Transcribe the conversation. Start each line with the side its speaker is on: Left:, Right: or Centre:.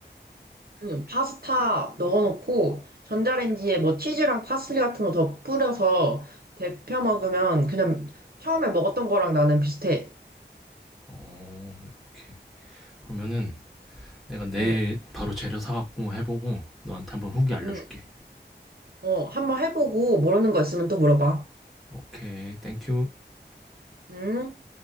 Right: 응, 파스타 넣어놓고 전자레인지에 뭐 치즈랑 파슬리 같은 거 더 뿌려서 데펴 먹으면 그냥 처음에 먹었던 거랑 나는 비슷해.
Centre: 어 그래 오케이. 그러면은 내가 내일
Right: 응,
Centre: 바로 재료 사 갖고 해 보고 너한테 한번 후기 알려
Right: 응.
Centre: 줄게.
Right: 어, 한번 해보고 모르는 거 있으면 또 물어봐.
Centre: 오케이. 땡큐.
Right: 응?